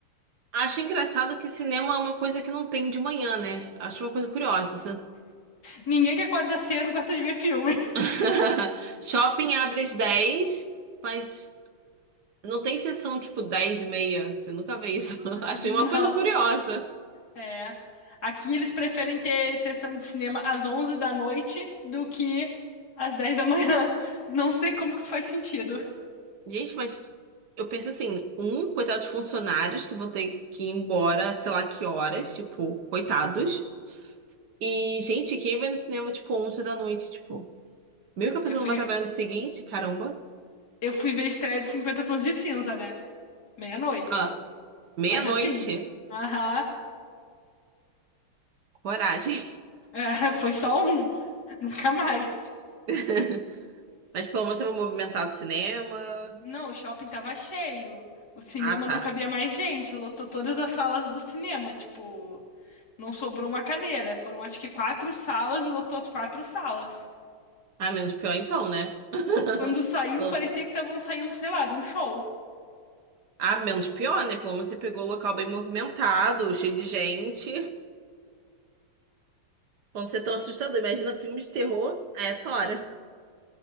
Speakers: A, on the right; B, on the left.
A: Acho engraçado que cinema é uma coisa que não tem de manhã, né? Acho uma coisa curiosa. assim.
B: Ninguém que acorda cedo gosta de ver filme.
A: <laughs> Shopping abre às dez mas não tem sessão tipo 10 e meia. Você nunca vê isso. <laughs>
B: <laughs>
A: Achei
B: Não,
A: uma coisa curiosa.
B: é. Aqui eles preferem ter sessão de cinema às 11 da noite do que às 10 da manhã. <laughs> Não sei como que isso faz sentido.
A: Gente, mas eu penso assim, um, coitados funcionários que vão ter que ir embora, sei lá que horas, tipo, coitados. E, gente, quem vai no cinema, tipo, 11 da noite, tipo... Meio que a pessoa
B: Eu fui,
A: não vai trabalhar no dia seguinte, caramba.
B: eu fui ver a estreia de Cinquenta Tons de Cinza, né? Meia-noite.
A: Ah, meia-noite.
B: Mas assim, aham,
A: Coragem.
B: é, <laughs> foi só um, <laughs> nunca mais.
A: <laughs> Mas pelo menos eu vou movimentar do cinema.
B: Não, o shopping tava cheio. O cinema
A: Ah,
B: não
A: tá.
B: cabia mais gente, lotou todas as salas do cinema, tipo, não sobrou uma cadeira. Foram acho que quatro salas e lotou as quatro salas.
A: Ah, menos pior então, né? <laughs>
B: Quando saiu,
A: Pelo-
B: parecia que estavam saindo, sei lá, de um show.
A: Ah, menos pior, né? Pelo menos você pegou o local bem movimentado, cheio de gente. Pra Não ser tão assustador. Imagina filme de terror a essa hora.